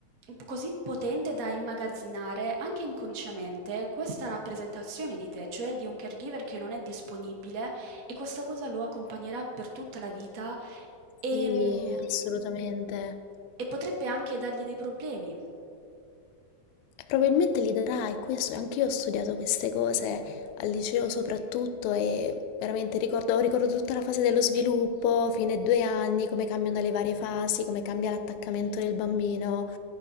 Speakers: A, on the right (about 65°); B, on the left (about 75°).
A: così potente da immagazzinare anche inconsciamente questa rappresentazione di te, cioè di un caregiver che non è disponibile e questa cosa lo accompagnerà per tutta la vita
B: Sì,
A: Ehm,
B: assolutamente.
A: e potrebbe anche dargli dei problemi.
B: E probabilmente li darai, questo, anche io ho studiato queste cose al liceo soprattutto e veramente ricordo, ricordo tutta la fase dello sviluppo, fine ai due anni, come cambiano le varie fasi, come cambia l'attaccamento del bambino.